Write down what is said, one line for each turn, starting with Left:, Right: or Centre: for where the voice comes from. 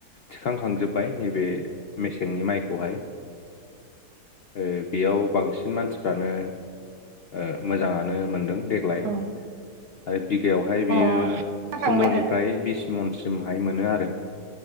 Left: थिखांखांजोब्बाय नैबे मेसेंनि माइखौहाय ओ बेयाव बांसिन मानसि फ्रानो ओ मोजाङानो मोनदों देग्लाय
Right: औ
Left: आयब बिगायावहाय बियो
Right: अ हाखांबाय
Left: फन्द्रनिफ्राय
Right: आरो
Left: बिस सिमनसिमहाय मोनो आरो